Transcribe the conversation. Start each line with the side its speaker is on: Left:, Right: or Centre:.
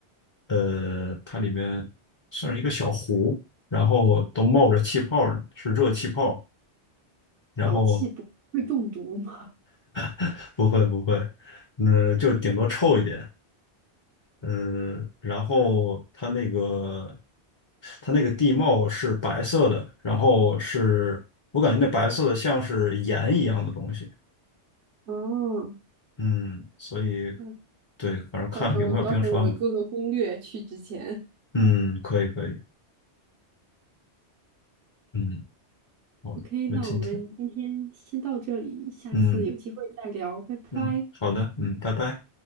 Left: 呃，它里面算是一个小湖，然后都冒着气泡呢，是热气泡，然后
Right: 沼气不会中毒吗？
Left: <laughs> 不会不会，那就顶多臭一点，嗯，然后它那个它那个地貌是白色的，然后是我感觉那白色的像是盐一样的东西，
Right: 哦，
Left: 嗯，所以
Right: 那
Left: 对，反正看有没有冰川吧，
Right: 到时候到时候我做做攻略去之前。
Left: 嗯，可以可以，嗯，好，
Right: OK，
Left: 那今天，
Right: 那我们今天先到这里，下次有机会再聊，
Left: 嗯
Right: 拜拜。
Left: 嗯，好的，嗯，拜拜。